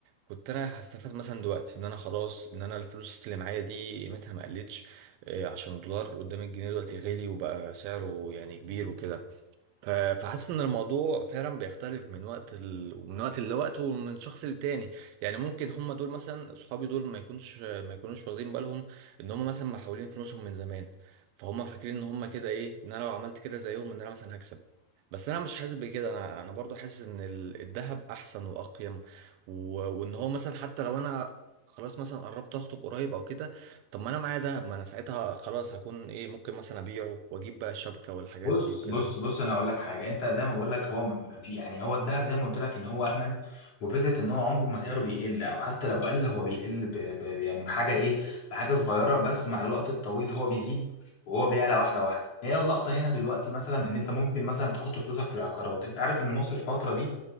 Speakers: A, on the right; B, on the left.
A: كنت أنا هستفاد مثلا دلوقتي إن أنا خلاص إن أنا الفلوس اللي معايا دي قيمتها ما قلتش آه، عشان دولار قدام الجنيه دلوقتي غالي وبقى سعره يعني كبير وكده ف- فحاسس ان الموضوع فعلا بيختلف من وقت ال... ومن وقت لوقت ومن شخص للتاني يعني ممكن هم دول مثلا صحابي دول ما يكونش ما يكونوش واخدين بالهم ان هم مثلا محولين فلوسهم من زمان فهم فاكرين ان هم كده ايه ان انا لو عملت كده زيهم ان انا مثلا هكسب بس انا مش حاسس بكده انا انا برضو حاسس ان ال- الذهب احسن واقيم و... وان هو مثلا حتى لو انا خلاص مثلا قربت اخطب قريب او كده طب ما انا معايا دهب ما انا ساعتها خلاص هكون ايه ممكن مثلا ابيعه واجيب بقى الشبكه والحاجات
B: بص
A: دي وكده
B: بص بص انا هقول لك حاجه انت زي ما بقول لك هو م- في يعني هو الذهب زي ما قلت لك ان هو امن وفكره ان هو عمره ما سعره بيقل او حتى لو قل هو بيقل ب ب يعني بحاجه ايه بحاجه صغيره بس مع الوقت الطويل هو بيزيد وهو بيعلى واحده واحده هي اللقطه هنا دلوقتي مثلا ان انت ممكن مثلا تحط فلوسك في العقارات انت عارف ان مصر الفتره دي